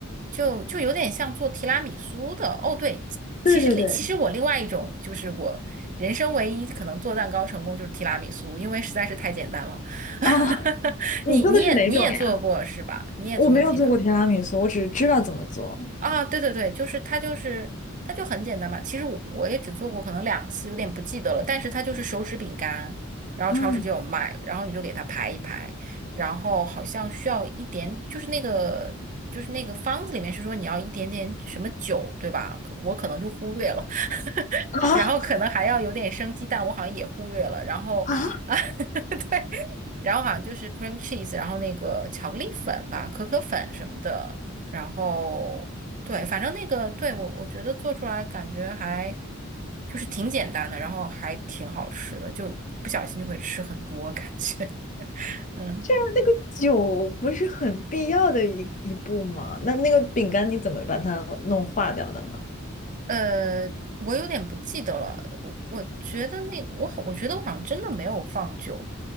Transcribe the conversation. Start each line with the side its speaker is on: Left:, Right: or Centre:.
Right: 就就有点像做提拉米苏的。哦，对，
Left: 对对对
Right: 其实其实我另外一种就是我人生唯一可能做蛋糕成功就是提拉米苏，因为实在是太简单了。
Left: <laughs>。啊，
Right: <laughs>
Left: 你做的是哪种呀？
Right: 你你也你也做过是吧？你也做过提拉。
Left: 我没有做过提拉米苏，我只是知道怎么做。
Right: 啊，对对对，就是它就是它就很简单嘛。其实我我也只做过可能两次，有点不记得了。但是它就是手指饼干，然后超市就有卖，
Left: 嗯
Right: 然后你就给它排一排，然后好像需要一点，就是那个就是那个方子里面是说你要一点点什么酒，对吧？可我可能就忽略了，<laughs>
Left: 啊
Right: 然后可能还要有点生鸡蛋，我好像也忽略了，然后啊。
Left: 啊！
Right: <laughs> 然后好像就是 cream cheese，然后那个巧克力粉吧，可可粉什么的，然后对，反正那个对我我觉得做出来感觉还就是挺简单的，然后还挺好吃的，就不小心就会吃很多感觉，<laughs> 嗯，
Left: 这样那个酒不是很必要的一一步吗？那那个饼干你怎么把它弄化掉的呢？
Right: 呃，我有点不记得了，我我觉得那我好，我觉得我好像真的没有放酒，